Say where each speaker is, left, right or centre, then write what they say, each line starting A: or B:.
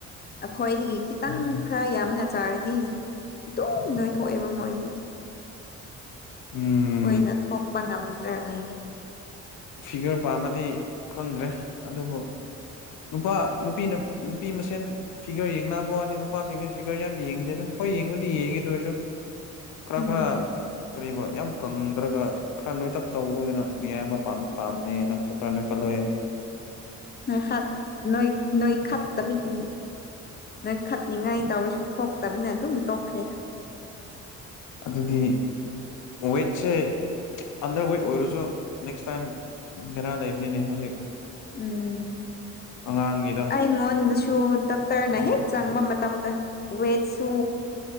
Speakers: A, on the left; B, on the left.
A: ꯑꯩꯈꯣꯏꯗꯒꯤ ꯈꯤꯇꯪ
B: ꯎꯝ
A: ꯈꯔ ꯌꯥꯝꯅ ꯆꯥꯔꯗꯤ ꯑꯗꯨꯝ ꯅꯣꯏꯊꯣꯛꯑꯦꯕ ꯃꯣꯏꯗꯤ
B: ꯎꯝ
A: ꯑꯣꯏꯅ ꯊꯣꯛꯄ ꯉꯝꯗ꯭ꯔꯦꯅ
B: ꯐꯤꯒꯔ ꯄꯥꯝꯃꯗꯤ ꯈꯪꯗ꯭ꯔꯦ ꯑꯗꯨꯕꯨ ꯅꯨꯄꯥ ꯅꯨꯄꯤꯅ ꯅꯨꯄꯤ ꯃꯁꯦꯟ ꯐꯤꯒꯔ ꯌꯦꯡꯅꯕ ꯋꯥꯅꯤ ꯅꯨꯄꯥꯁꯤꯡꯗꯤ ꯐꯤꯒꯔ ꯌꯥꯝ ꯌꯦꯡꯗꯦꯗ ꯍꯣꯏ ꯌꯦꯡꯕꯨꯗꯤ ꯌꯦꯡꯉꯦꯗ ꯑꯣꯏꯔꯁꯨ ꯈꯔ
A: ꯎꯝ
B: ꯈꯔ ꯀꯔꯤꯕ ꯌꯥꯝ ꯀꯪꯗ꯭ꯔꯒ ꯈꯔ ꯅꯣꯏꯇꯛ ꯇꯧꯕꯗꯨꯅ ꯃꯤꯌꯥꯝꯅ ꯄꯥꯝꯕꯅꯦ ꯅꯪꯁꯨ ꯈꯔ ꯅꯣꯏꯈꯠꯂꯨꯍꯦ
A: ꯅꯣꯏꯈꯠ ꯅꯣꯏꯈꯠꯇꯕꯒꯤ ꯅꯣꯏꯈꯠꯅꯤꯉꯥꯏ ꯇꯧꯔꯁꯨ ꯊꯣꯛꯇꯕꯅꯦ ꯑꯗꯨꯝ ꯇꯣꯛꯈ꯭ꯔꯦꯗ
B: ꯑꯗꯨꯗꯤ ꯋꯦꯠꯁꯦ ꯑꯟꯗ꯭ꯔ ꯋꯦꯠ ꯑꯣꯏꯔꯁꯨ ꯅꯦꯛꯁ ꯇꯥꯏꯝ ꯕꯦꯔꯥ ꯂꯩꯕꯅꯤꯅꯦ ꯍꯧꯖꯤꯛ
A: ꯎꯝ
B: ꯑꯉꯥꯡꯒꯤꯗꯣ
A: ꯑꯩꯉꯣꯟꯗꯁꯨ ꯗꯣꯛꯇꯔꯅ ꯍꯦꯛ ꯆꯪꯕ ꯃꯇꯝꯗ ꯋꯦꯠꯁꯨ